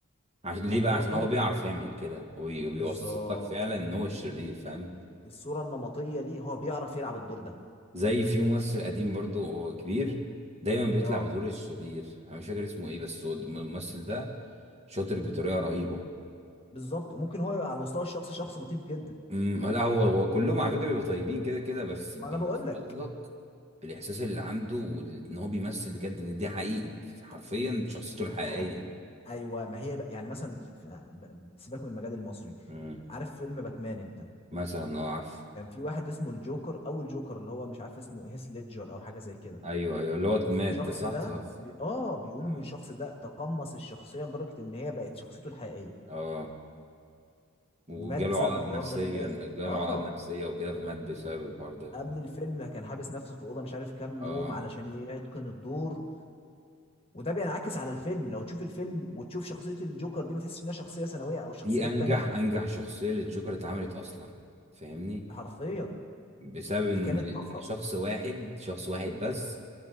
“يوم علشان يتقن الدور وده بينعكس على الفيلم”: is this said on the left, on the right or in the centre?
Left